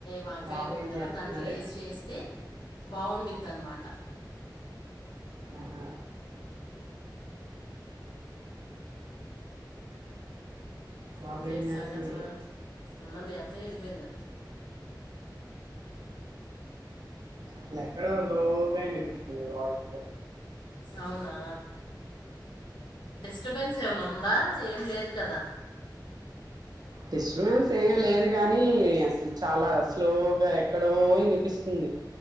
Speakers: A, on the left; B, on the right.
A: వంకాయ
B: బాబు
A: ఉంది
B: ఏం
A: కదా
B: చేస్తున్నాడు
A: దాంట్లో వసి చేస్తే బావుండిదన్నమాట
B: ఆహా బాబు
A: ఇంకేట్టి
B: ఏం చేస్తున్నాడు
A: సంగతులు ఉంద మి అత్తయ్య వెళ్ళిపోయిందా
B: అసలు ఎక్కడ లోగా వినిపిస్తుంది వాయిస్
A: అవునా డిస్టబెన్న్స్ ఏమైనా ఉందా ఏం లేదు కదా
B: డిస్టర్బెన్స్ ఏమి లేదు కాగాని అసలు చాలా స్లోగా ఎక్కడో వినిపిస్తుంది